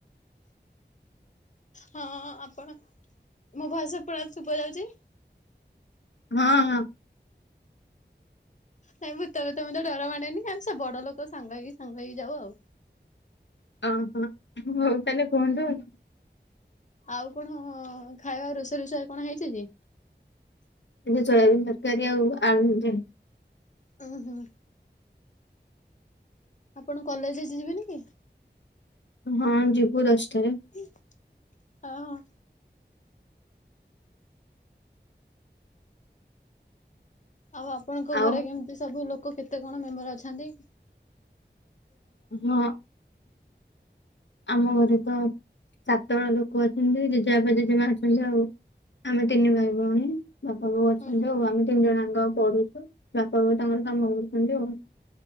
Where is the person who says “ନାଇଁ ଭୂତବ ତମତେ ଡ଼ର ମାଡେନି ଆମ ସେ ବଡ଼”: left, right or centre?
Left